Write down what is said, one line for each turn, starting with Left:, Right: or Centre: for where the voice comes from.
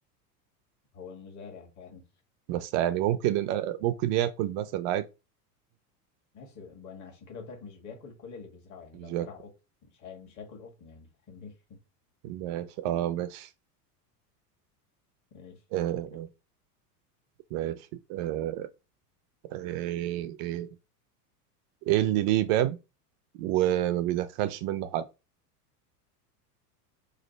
Left: هو المزارع فعلا
Right: بس يعني ممكن إن أنا- ممكن ياكل مثلا عادي
Left: ماشي ب- انا عشان كده قلت لك مش بياكل كل اللي بيزرعه يعني
Right: مش
Left: لو
Right: ياكل
Left: زرع قطن مش هي... مش هياكل قطن يعني فاهمني <laughs>
Right: ماشي اه ماشي
Left: ماشي
Right: آه
Left: دورك يلا
Right: ماشي آه إيه إيه اللي ليه باب وما بيدخلش منه حد